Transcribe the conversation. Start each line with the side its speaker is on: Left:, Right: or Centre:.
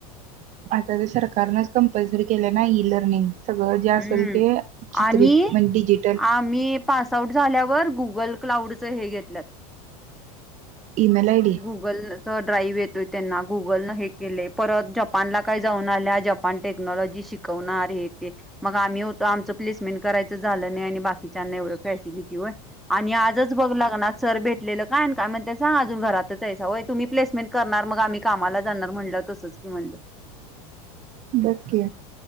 Right: आता ते सरकारनंच कंपल्सरी केलं नाही, इ लर्निंग. सगळं जे असेल
Centre: हम्म
Right: ते,, चित्रित
Centre: आणि
Right: म्हजे डिजिटल.
Centre: आम्ही पास आउट झाल्यावर, गुगल क्लाउडच हे घेतल्यात.
Right: ईमेल आयडी
Centre: गुगलच ड्राईव्ह येतोय त्यांना गुगल न हे केलय,, परत जपानला काय जाऊन आल्यात जपान टेक्नॉलॉजी शिकवणार हे ते मग आम्ही आमच प्लेसमेंट करायचं झालं नाही,, आणि बाकीच्याना एवढं फॅसिलिटी होय- आणि आजच बघ लाग्यणात सर भेटलेलं काय आना काय म्हणतात सांग? अ घरातच आयसा होय, तुम्ही प्लेसमेंट करणार मग आम्ही कामाला जाणार म्हणलाव तसच की म्हणलं
Right: बग की,